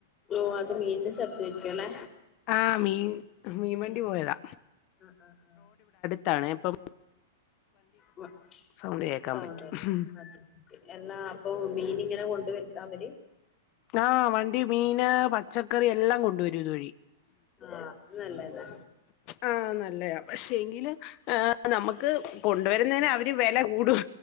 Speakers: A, on the left; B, on the left.
A: ഓഹ് അത് മീന്റെ ശബ്ദേക്ക്യൊലേ
B: ആഹ് മീൻ മീൻ വണ്ടി
A: അ അ
B: പോയതാ
A: അഅ ആഹ്
B: ട്ടാണേപ്പം
A: വ
B: സൗണ്ട് കേക്കാൻ
A: സൗണ്ടേ
B: പറ്റും
A: അത് എല്ലാ അപ്പൊ മീനിങ്ങനെ കൊണ്ടുവര്ത്താ അവര്
B: ആഹ് വണ്ടി മീന് പച്ചക്കറി എല്ലാം കൊണ്ടുവരുതുവഴി
A: ആഹ് നല്ലതാ
B: ആഹ് നല്ലെയാ പക്ഷെങ്കില് ഏഹ് നമുക്ക് കൊണ്ടുവരുന്നേന് അവര് വെല കൂടും